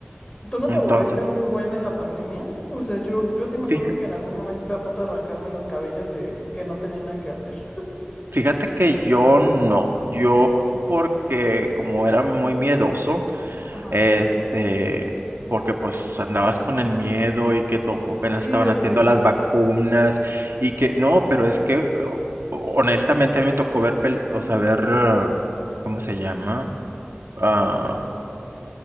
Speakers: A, on the left; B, on the right.
A: ¿tú no
B: Entonces,
A: te aburriste un buen en la pandemia? O sea, yo, yo sí me acuerdo
B: fija-
A: que en algún momento estaba a punto de arrancarme los cabellos de que no tenía nada que hacer. <laughs>
B: fíjate que yo no, yo porque como era muy miedoso.
A: Ajá.
B: Este, porque pues andabas con el miedo y que to- apenas
A: Sí,
B: estaban
A: de
B: haciendo
A: que
B: las vacunas y que no, pero es que o- honestamente a mí me tocó ver, pel- o sea, ver, ah, ¿cómo se llama? Ah,